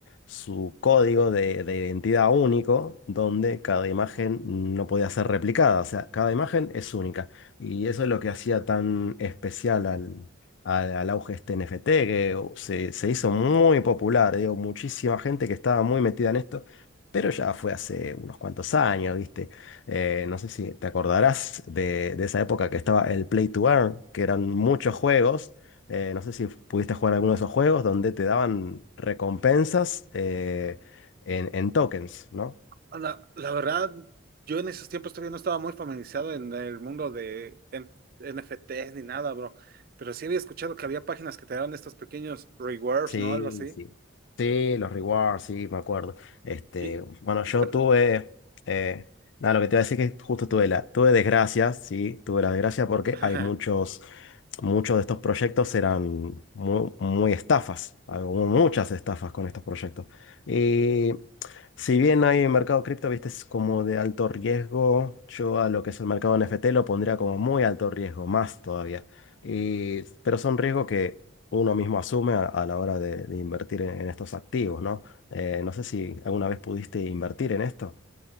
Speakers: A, on the left; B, on the right.
A: su código de, de identidad único, donde cada imagen no podía ser replicada, o sea, cada imagen es única. Y eso es lo que hacía tan especial al, al, al auge este NFT, que uh, se, se hizo muy popular, digo, muchísima gente que estaba muy metida en esto, pero ya fue hace unos cuantos años, viste. Eh, no sé si te acordarás de, de esa época que estaba el Play to Earn, que eran muchos juegos. Eh, no sé si pudiste jugar alguno de esos juegos donde te daban recompensas eh, en, en tokens, ¿no?
B: Ah, La, la verdad, yo en esos tiempos todavía no estaba muy familiarizado en el mundo de en- NFTs ni nada, bro. Pero sí había escuchado que había páginas que te daban estos pequeños rewards,
A: Sí,
B: ¿no? Algo así.
A: sí. Sí, los rewards, sí, me acuerdo. Este,
B: Y,
A: bueno, yo
B: y- pero-
A: tuve, eh, nada, lo que te iba a decir es que justo tuve la, tuve desgracias, sí, tuve la desgracia porque
B: <laughs>
A: hay muchos, muchos de estos proyectos eran muy, muy estafas, hubo muchas estafas con estos proyectos. Y si bien hay mercado cripto, viste, es como de alto riesgo, yo a lo que es el mercado NFT lo pondría como muy alto riesgo, más todavía. Y, pero son riesgos que uno mismo asume a, a la hora de, de invertir en, en estos activos, ¿no? Eh, no sé si alguna vez pudiste invertir en esto.